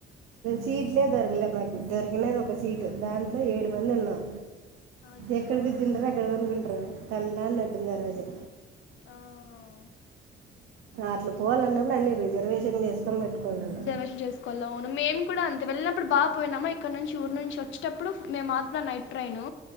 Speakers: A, on the right; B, on the left.
A: సీట్లే దొరకలే మాకు దొరికినది ఒక సీటు దాంట్లో ఏడు మంది ఉన్నాం.
B: అయ్యో
A: ఎక్కడ కూర్చుంట్రు ఎక్కడ పనుకుంటారు తల్నాళ్ళు అడ్డుంది ఆ రోజు
B: ఆ
A: అట్లా పోవాలన్నప్పుడు అన్ని రిజర్వేషన్లు చేసుకొని పెట్టుకోండి అన్న
B: రిజర్వేషన్ చేసుకోల అవును మేము కూడా అంత్ త్ వెళ్ళినప్పుడు బాగా పోయినామా ఇక్కడ నుంచి ఊరు నుంచి వచ్చేటప్పుడు మేము మాత్రం నైట్ ట్రైను